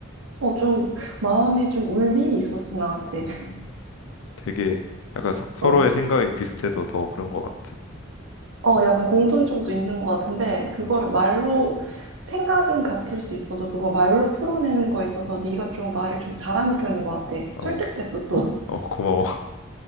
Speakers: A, on the right (about 75°); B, on the left (about 80°).
A: 어, 좀, 마음에 좀 울림이 있었어, 나한테.
B: <laughs> 음, 되게 약간 서, 서로의
A: 어,
B: 생각이 비슷해서 더 그런 것 같아.
A: 어, 약간 공통점도 있는 것 같은데, 그걸
B: 음,
A: 말로, 생각은 같을 수 있어도, 그거 말로 풀어내는 거에 있어서 네가 좀 말을 좀 잘하는 편인 것 같아.
B: 어,
A: 설득됐어, 또.
B: 어, 고마워. <laughs>